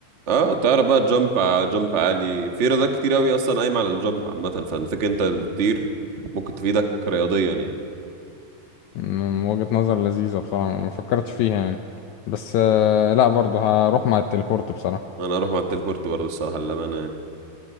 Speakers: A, on the right; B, on the left.
A: اه تعرف بقى جامب جامب عالي في رياضات كتير قوي اصلا قايمه على الجامب عامه فانا فاكر انت بتطير ممكن تفيدك رياضيا يعني
B: من وجهة نظر لذيذة بصراحة ما فكرتش فيها يعني بس آه، لا برضه هروح مع التليبورت بصراحة
A: انا اروح مع التليبورت برضه الصراحه للامانه يعني